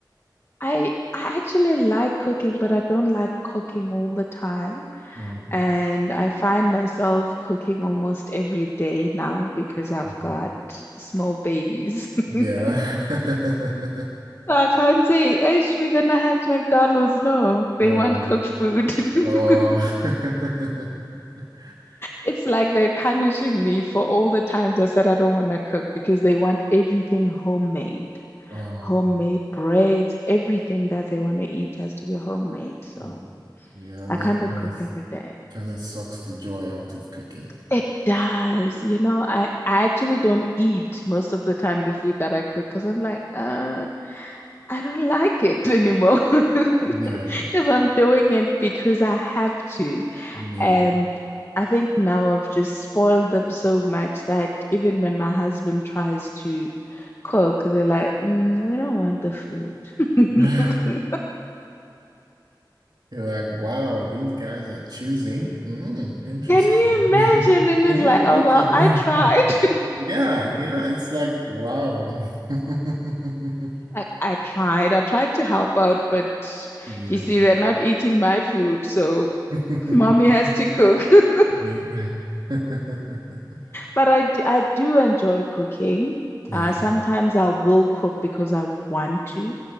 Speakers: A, on the left; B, on the right.
A: I I actually like cooking, but I don't like cooking all the time.
B: Mm.
A: And I find myself cooking almost every day now because I've
B: Mhm.
A: got small babies.
B: Yeah.
A: <laughs>
B: <laughs>
A: So I can't say, Ish, we're gonna have McDonald's. No, they
B: No.
A: want cooked food. <laughs>
B: Oh. <laughs>
A: It's like they're punishing me for all the times I said I don't want to cook because they want everything homemade.
B: Oh.
A: Homemade breads, everything that they want to eat has to be homemade. So
B: Mm. Yeah, and
A: I
B: then
A: kind
B: it
A: of
B: kind
A: cook
B: of
A: every day.
B: kind of sucks the joy out of cooking.
A: It does. You know, I, I actually don't eat most of the time the food that I cook because I'm like, uh, I don't like it anymore <laughs>
B: Yeah.
A: because I'm doing it because I have to.
B: Yeah.
A: And I think now I've just spoiled them so much that even when my husband tries to cook, they're like, mm, we don't want the food. <laughs> Can
B: <laughs> You're like, wow, these guys are choosing. Hmm, interesting.
A: you
B: <laughs>
A: imagine? And
B: Can
A: it's
B: you
A: like,
B: imagine?
A: oh, well, I tried.
B: <laughs>
A: <laughs>
B: Yeah, yeah, it's like, wow. <laughs>
A: Like, I tried. I tried to help out, but
B: Yeah.
A: you see, they're not eating my food. So
B: <laughs>
A: mommy has to cook. <laughs>
B: Yeah. <laughs>
A: But I do, I do enjoy cooking.
B: Yeah.
A: Uh,
B: Yeah.
A: sometimes I will cook because I want to.